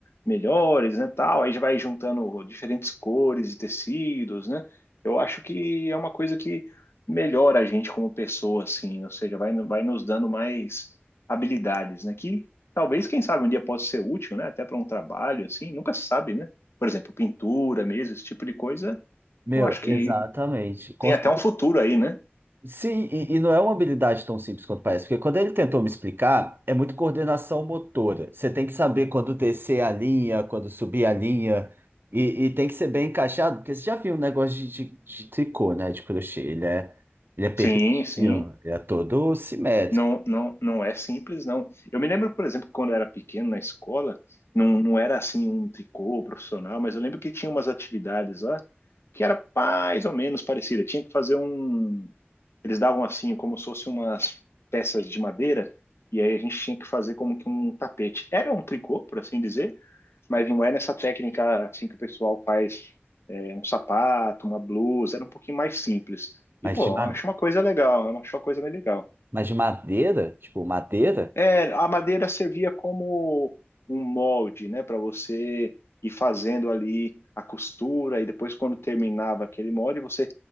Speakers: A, on the left; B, on the right.
A: melhores, né? Tal, aí já vai juntando diferentes cores e tecidos, né? Eu acho que é uma coisa que melhora a gente como pessoa, assim, ou seja, vai, vai nos dando mais habilidades, né? Que Talvez, quem sabe, um dia possa ser útil, né? Até para um trabalho, assim, nunca se sabe, né? Por exemplo, pintura mesmo, esse tipo de coisa,
B: meu,
A: eu acho que
B: exatamente. Com-
A: tem
B: certeza.
A: até um futuro aí, né?
B: Sim, e, e não é uma habilidade tão simples quanto parece, porque quando ele tentou me explicar, é muito coordenação motora. Você tem que saber quando descer a linha, quando subir a linha, e, e tem que ser bem encaixado, porque você já viu um negócio de, de, de tricô, né? De crochê. Ele é, ele é perfeitinho,
A: Sim, sim.
B: ele é todo simétrico.
A: Não, não, não é simples, não. Eu me lembro, por exemplo, quando eu era pequeno na escola, não, não era assim um tricô profissional, mas eu lembro que tinha umas atividades lá que era mais ou menos parecida. Tinha que fazer um. Eles davam assim, como se fossem umas peças de madeira, e aí a gente tinha que fazer como que um tapete. Era um tricô, por assim dizer, mas não é nessa técnica assim que o pessoal faz é, um sapato, uma blusa, era um pouquinho mais simples.
B: Mas
A: E, pô,
B: de
A: eu
B: madeira
A: acho uma coisa legal, eu acho uma coisa bem legal.
B: Mas de madeira? Tipo, madeira?
A: É, a madeira servia como um molde, né, para você ir fazendo ali a costura e depois quando terminava aquele molde, você